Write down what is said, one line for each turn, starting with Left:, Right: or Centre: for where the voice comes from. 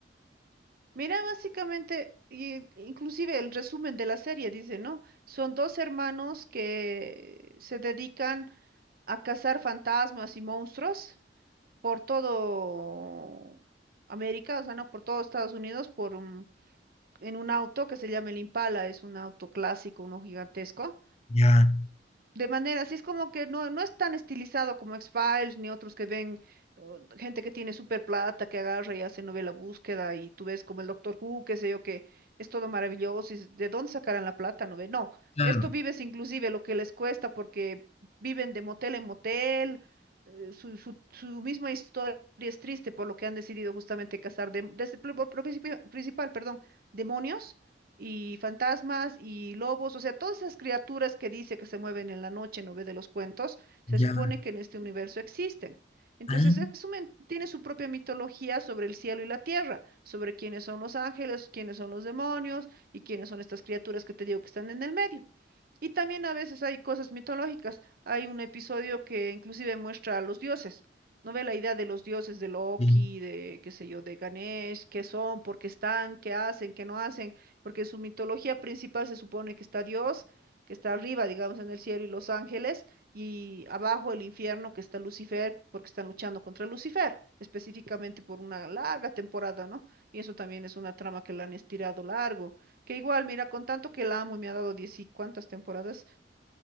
Right: Mira, básicamente, y- inclusive el resumen de la serie dice, ¿no? Son dos hermanos que se dedican a cazar fantasmas y monstruos por todo América, o sea, no por todo Estados Unidos, por un en un auto que se llama el Impala, es un auto clásico, uno gigantesco.
Left: Ya,
Right: De manera, así es como que no, no es tan estilizado como X-Files ni otros que ven uh, gente que tiene super plata, que agarra y hace novela búsqueda y tú ves como el Doctor Who, qué sé yo, que es todo maravilloso y s- de dónde sacarán la plata, no ve. No,
Left: claro,
Right: esto vives inclusive lo que les cuesta porque viven de motel en motel, eh, su, su, su misma historia es triste por lo que han decidido justamente casar, de, desde, por- por principio- principal, perdón, demonios y fantasmas y lobos, o sea, todas esas criaturas que dice que se mueven en la noche, ¿no ve? De los cuentos, se
Left: ya,
Right: supone que en este universo existen. Entonces,
Left: ah,
Right: es un men- tiene su propia mitología sobre el cielo y la tierra, sobre quiénes son los ángeles, quiénes son los demonios y quiénes son estas criaturas que te digo que están en el medio. Y también a veces hay cosas mitológicas. Hay un episodio que inclusive muestra a los dioses. ¿No ve la idea de los dioses de Loki,
Left: sí,
Right: de qué sé yo, de Ganesh, qué son, por qué están, qué hacen, qué no hacen? Porque en su mitología principal se supone que está Dios, que está arriba, digamos, en el cielo y los ángeles, y abajo el infierno, que está Lucifer, porque están luchando contra Lucifer, específicamente por una larga temporada, ¿no? Y eso también es una trama que la han estirado largo que igual, mira, con tanto que la amo y me ha dado diez y cuántas temporadas,